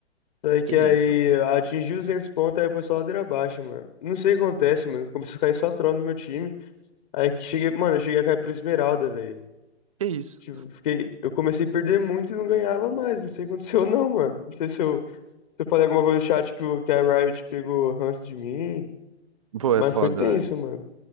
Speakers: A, on the left; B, on the right.
A: daí que
B: Que isso?
A: aí atingi os duzentos pontos, aí foi só ladeira abaixo, mano. Não sei o que acontece, mano, começou a cair só troll no meu time, aí que cheguei, mano, eu cheguei a cair pro Esmeralda, velho.
B: Que isso?
A: Tipo, fiquei, eu comecei a perder muito e não ganhava mais, não sei o que aconteceu não, mano. Não sei se eu, se eu falei alguma coisa no chat que, o, que a Riot pegou ranço de mim,
B: Pô,
A: mas
B: é foda,
A: foi tenso,
B: velho.
A: mano.